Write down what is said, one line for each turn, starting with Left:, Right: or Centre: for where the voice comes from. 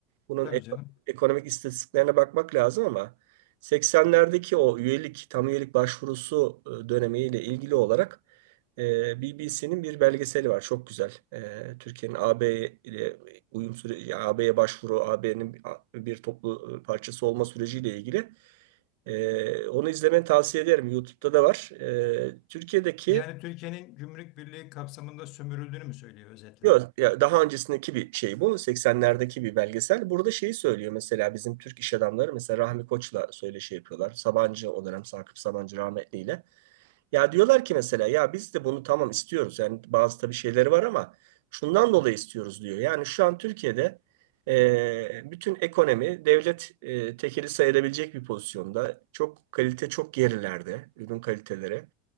Right: Bunun
Left: Tabii
Right: ek-
Left: canım.
Right: ekonomik istatistiklerine bakmak lazım ama 80'lerdeki o üyelik, tam üyelik başvurusu e, dönemiyle ilgili olarak BBC'nin bir belgeseli var. Çok güzel. E, Türkiye'nin AB ile uyum süreci, AB'ye başvuru, AB'nin bir toplu e, parçası olma süreciyle ilgili. Ee, onu izlemeni tavsiye ederim. YouTube'da da var. Ee, Türkiye'deki
Left: Yani Türkiye'nin gümrük birliği kapsamında sömürüldüğünü mü söylüyor özetle?
Right: yok, ya daha öncesindeki bir şey bu. 80'lerdeki bir belgesel. Burada şeyi söylüyor mesela bizim Türk iş adamları mesela Rahmi Koç'la söyleşi yapıyorlar. Sabancı o dönem Sakıp Sabancı rahmetliyle. Ya diyorlar ki mesela ya biz de bunu tamam istiyoruz. Yani bazı tabii şeyleri var ama şundan dolayı istiyoruz diyor. Yani şu an Türkiye'de e, bütün ekonomi devlet e, tekeli sayılabilecek bir pozisyonda. Çok kalite çok gerilerde ürün kaliteleri.